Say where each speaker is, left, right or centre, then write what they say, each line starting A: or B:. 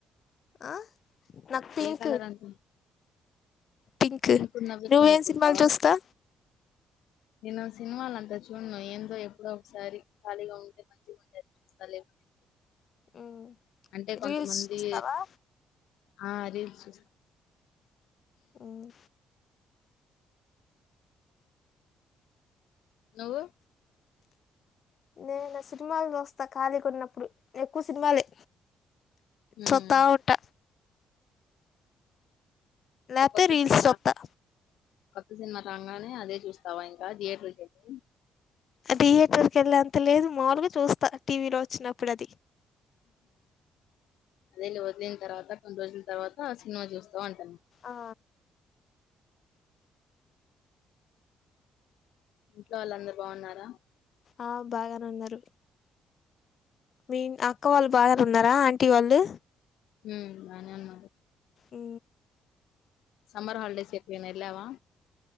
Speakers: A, on the left (about 55°); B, on the left (about 80°).
A: ఆ నాక్ పింక్
B: ఏ కలర్ అనుకు
A: పింక్
B: ఉన్నవి
A: నువ్వేం
B: కొనుక్కుంటావా
A: సినిమాల్ చూస్తా
B: నేను సినిమాలంత చూ ను ఏందో ఎప్పుడో ఒకసారి కలిగా ఉంటే మంచిగా ఉంటే చూస్తా లేకపోతే <inaudible>
A: మ్
B: అంటే కొంతమందీ
A: రీల్స్ చూస్తావా
B: ఆ రీల్స్ చూస్
A: మ్
B: నువ్వు
A: నేసి సినిమాలు చూస్తా ఖాళీ కున్నప్పుడు ఎక్కువ సినిమాలే
B: ఉమ్
A: సుత్తావుంట
B: అంటే
A: లేకపోతే
B: కొత్త
A: రీల్స్
B: సినిమా నా
A: చూస్తా
B: కొత్త సినిమా రంగానే అదే చూస్తావా ఇంకా థియేటర్ కెళ్ళి
A: థియేటర్ కి వెళ్లె అంత లేదు మాములుగా చూస్తా టీవీలో వచ్చినప్పుడు అది
B: నీళ్లు వద్లిన తర్వాత రెండు రోజుల తర్వాత ఆ సినిమా చూస్తా అంటాను
A: ఆ
B: ఇంట్లో వాళ్ళు అందరు బాగున్నారా
A: ఆ బాగానే ఉన్నారు మీ అక్క వాళ్ళు బాగా ఉన్నారా ఆంటీ వాళ్ళు
B: ఉ బానే ఉన్నం
A: ఉ
B: సమ్మర్ హాలిడేస్ ఎక్కడన్న ఎల్లావా